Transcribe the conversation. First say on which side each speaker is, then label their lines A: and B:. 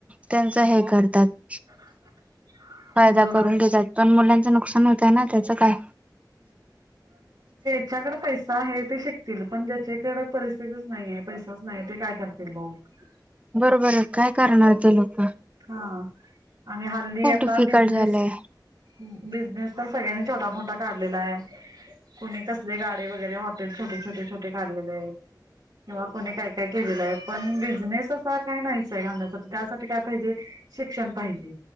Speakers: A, on the right (about 15°); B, on the right (about 60°).
A: त्यांच हे करतात
B: <unintelligible>
A: फायदा
B: बरोबर
A: करून घेतात पण मुलां नुकसान होतं ना त्याचं काय
B: त्याच्याकडे पैसा आहे ते शिक पण ज्याच्याकडे परिस्थितीच नाहीे पैसाच नाही ते काय करत ते लोक
A: बरोबर आहे काय करणारत लोक
B: हा आणि हल्ली
A: खूप
B: आता
A: डिफिकल्ट
B: बिझनेस
A: झालंय
B: बिनेस सगळ्यांनी छोटा मोठा काढलेला आहे कुणी कसले गाडे वगैरे हॉटेल छोटे छोटे छोटे काढलेले आहेत किंवा कुणी काय काय केलेलं आहे पण बिझनेस असा काय नाहीच आहे घालण्यासाठी त्यासाठी काय पाहिजे शिक्षण पाहिजे